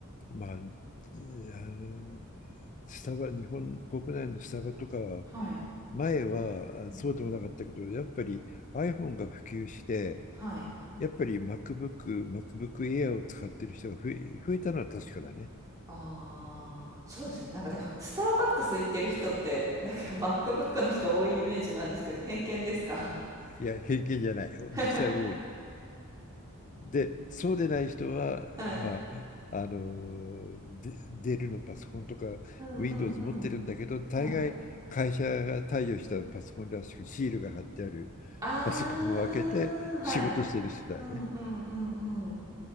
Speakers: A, on the left; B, on the right.
A: まあ、あの、スタバ、日本国内のスタバとかは、
B: はい。
A: 前はあそうでもなかったけど、
B: うんうん
A: やっぱり iPhone が普及して、
B: はい。
A: やっぱり MacBook、MacBook Air を使ってる人が増え、増えたのは確かだね。
B: ああ、そうですね。なんかでも、スターバックス行ってる人って、なんか MacBook の人多いイメージなんですけど、偏見ですか
A: いや、偏見じゃない。
B: <laughs>
A: 実際多い。で、そうでない人は、
B: はい。
A: まあ、あの、でデルのパソコンとか
B: うんうんうん。
A: Windows 持ってるんだけど、大概会社が貸与したパソコンらしくシールが貼ってあるパソコンを開けて仕事してる人だよね。
B: はい。ああ、はい。うんうんうんうん。